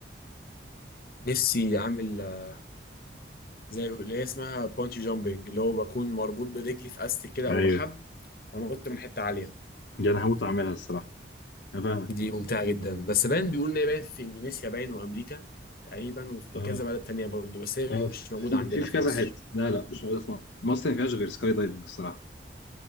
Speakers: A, on the left; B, on the left.
A: نفسي اعمل آه، زي اللي هي اسمها بونجي جامبنج اللي هو بكون مربوط برجلي في استك كده
B: ايوه
A: او بحبل وانط من حته عاليه
B: دي انا هموت اعملها الصراحه انا فاهمك
A: دي ممتعه جدا بس باين بيقول ان هي باين في اندونيسيا باين وامريكا تقريبا وفي
B: اه
A: كذا بلد تانية برضه بس هي مش
B: اه
A: مش
B: في
A: موجوده عندنا
B: في في
A: في
B: كذا
A: مصر
B: حته لا لا مش موجوده في مصر مصر ما فيهاش غير سكاي دايفنج الصراحه